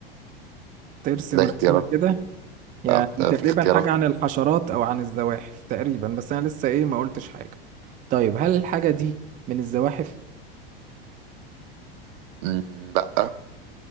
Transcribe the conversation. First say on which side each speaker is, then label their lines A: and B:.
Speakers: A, on the right; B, on the right.
A: ترسم
B: لا اختيارات
A: رسمة كده يعني
B: آه،
A: تقريبا
B: في اختيارات
A: حاجة عن الحشرات أو عن الزواحف تقريبا بس أنا لسه إيه ما قلتش حاجة طيب هل الحاجة دي من الزواحف؟
B: مم، لأ